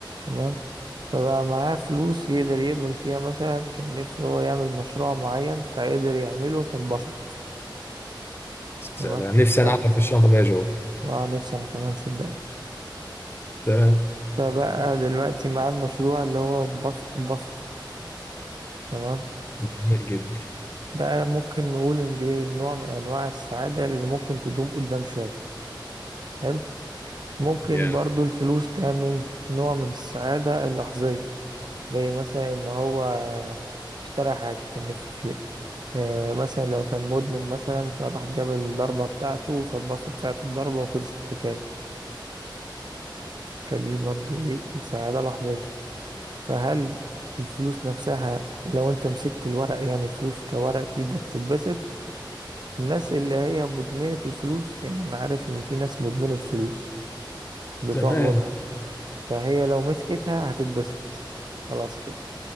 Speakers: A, on the right (about 60°); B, on the left (about 30°).
A: تمام فبقى معاه فلوس يقدر يعمل فيها مثلا كان نفسه هو يعمل مشروع معين فقدر يعمله فانبسط
B: سلام
A: تمام
B: نفسي
A: ف
B: انا اعطى في الشنطة دي يا جو
A: اه نفسي انا كمان صدقني
B: تمام
A: فبقى دلوقتي معاه المشروع اللي هو انبس- انبسطه تمام
B: جميل جدا
A: ده ممكن نقول ان دي نوع من انواع السعادة اللي ممكن تدوم قدام شوية حلو ممكن
B: جامد
A: برضو الفلوس تعمل نوع من السعادة اللحظية زي مثلا ان هو اشترى حاجة كان نفسه فيها آه، مثلا لو كان مدمن مثلا فراح جاب الضربة بتاعته فاتبسط ساعة الضربة وخلصت الحكاية فدي برضو ايه سعادة لحظية فهل الفلوس نفسها لو انت مسكت الورق يعني فلوس كورق في ايدك تتبسط الناس اللي هي مدمنة الفلوس يعني انا عارف ان في ناس مدمنة فلوس بتعبدها
B: تمام
A: فهي لو مسكتها هتتبسط خلاص كده